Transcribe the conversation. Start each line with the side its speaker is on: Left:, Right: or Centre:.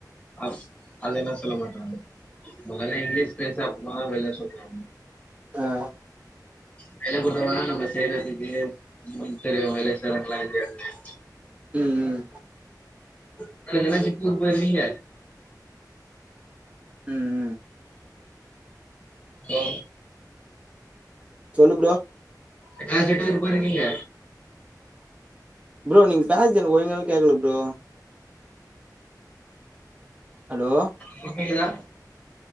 Left: அ அது என்ன சொல்ல மாற்றாங்க மொதல்ல இங்கிலீஷ் பேசு அப்புறமாதா வேலையே சொல்லுவே
Right: ஆ
Left: வேலை கொடுத்தா தான நம்ம செய்றதுக்கு சரி வேலை செய்றாங்களா இல்லையா தெரியு
Right: ம் ம்
Left: முன்ன பின்ன திர்ப்பூர் போயிருக்கீங்க
Right: ம்
Left: ஓ
Right: சொல்லு ப்ரோ
Left: எங்காச்சு டூர் போய்ருக்கீங்க
Right: ப்ரோ நீங்க பேஸ்து எனக்கு ஒழுங்காவே கேக்கல ப்ரோ அலோ
Left: ப்ப கேக்குதா